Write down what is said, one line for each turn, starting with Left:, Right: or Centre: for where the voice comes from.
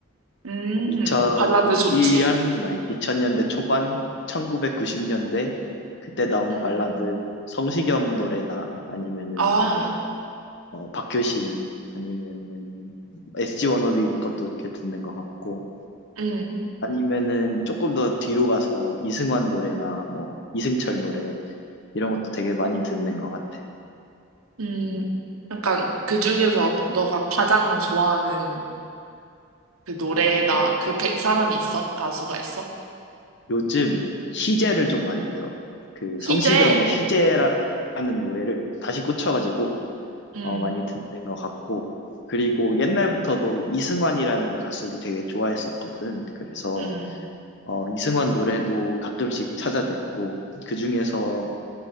Right: 음,
Left: 2001년,
Right: 발라드 좋지.
Left: 2000년대 초반, 1990년대, 그때 나온
Right: 음,
Left: 발라드, 성시경 노래나 아니면은
Right: 아,
Left: 뭐, 어, 박효신, 아니면은 SG 워너비 것도 이렇게 듣는 것 같고,
Right: 음,
Left: 아니면은 조금 더 뒤로 가서 이승환 노래나 뭐, 이승철 노래, 이런 것도 되게 많이 듣는 것 같아.
Right: 음.
Left: 음.
Right: 약간 그 중에서 너가 가장 좋아하는 그 노래나
Left: 어, 내가
Right: 그 배- 사람이 있어? 가수가 있어?
Left: 요즘 희재를
Right: 응.
Left: 좀 많이 들어. 그 성시경의
Right: 희재.
Left: 희재라는 노래를 다시 꽂혀가지고
Right: 응
Left: 어, 많이 듣는 것 같고. 그리고 옛날부터도 이승환이라는 가수를 되게 좋아했었거든. 그래서
Right: 응
Left: 어, 이승환 노래도 가끔씩 찾아 듣고 그중에서